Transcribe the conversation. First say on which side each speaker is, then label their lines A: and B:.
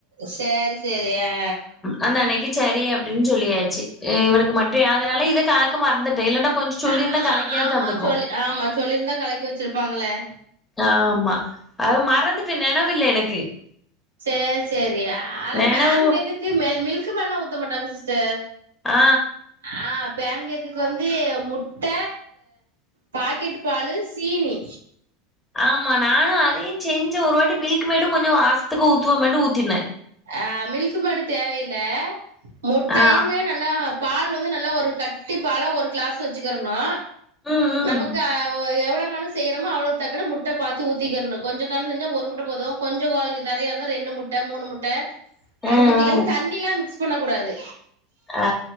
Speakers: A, on the right (about 80°); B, on the left (about 15°).
A: செரி செரி ஆ
B: அந்த அன்னக்கீ செரி அப்டின்னு சொல்லியாச்சு் இவனுக்கு மட்டும் ஆதலால இது கலக்க மறந்துட்டே இல்லண்டா கொஞ்சோ சொல்லிருந்தா
A: ஆ
B: கலக்கியாது
A: ஆமா
B: தந்துக்கும்
A: சொல்லி ஆமா சொல்லிருந்தா கலக்கி வச்சிருப்பாங்களே
B: ஆமா அது மறந்துட்டு நெ னவுல எனக்கு
A: செரி செரி ஆனா
B: நெனவு
A: பேன் கேக்குக்கு மில்க் மென்னா ஊத்த மாட்டாங்க சிஸ்டர்
B: ஆ
A: ஆ பேன் கேக்குக்கு வந்து முட்ட பாக்கெட் பாலு சீனி
B: ஆமா நானு அதையும் செஞ்சு ஒரு வாட்டி மில்க் மேடும் கொஞ்சோ வாசத்துக்கு ஊத்துவோமேன்னுடு ஊத்தினே
A: அ மில்க்மெய்டு தேவஇல்ல முட்டையுமே
B: ஆ
A: நல்லா பால் வந்து நல்லா ஒரு கட்டி பாலா ஒரு கிளாஸ் வச்சுக்கிறனு
B: ம் ம்
A: நமக்கு அ ஒ எவ்வளவு கணக் செய்யறமோ அவளுக்கு தக்கன முட்ட பாத்து ஊத்திக்கனு கொஞ்ச கானு செஞ்சா ஒரு முட்ட போது கொஞ்சம் வ நெறய இருந்தா ரெண்டு முட் ட மூணு முட்ட அடி
B: ஆ
A: ஊத்திக்கன்னு
B: ஆ.
A: தண்ணில்லா மிக்ஸ் பண்ண கூடாது
B: ஆ